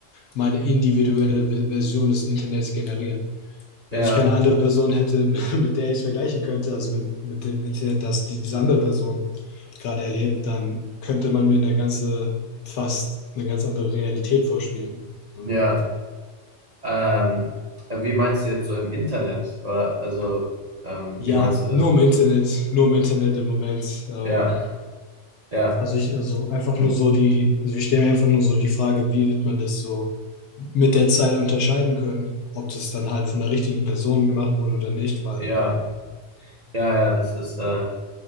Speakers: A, on the left; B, on the right.
A: meine individuelle Ve- Version des Internets generieren. Wenn
B: ja,
A: ich keine andere Person hätte, <laughs> mit der ich es vergleichen könnte, also mit, mit dem Internet, das diese andere Person gerade erlebt, dann könnte man mir eine ganze, fast eine ganz andere Realität vorspielen. Und
B: ja. Ähm, wie meinst du jetzt so im Internet? Oder also, ähm,
A: ja,
B: wie meinst du das?
A: nur im Internet, nur im Internet im Moment. Ähm,
B: Ja. Ja,
A: Also ich, also einfach nur so die, also ich stelle mir einfach nur so die Frage, wie wird man das so mit der Zeit unterscheiden können, ob das dann halt von der richtigen Person gemacht wurde oder nicht, weil
B: Ja, ja, ja, das ist, äh,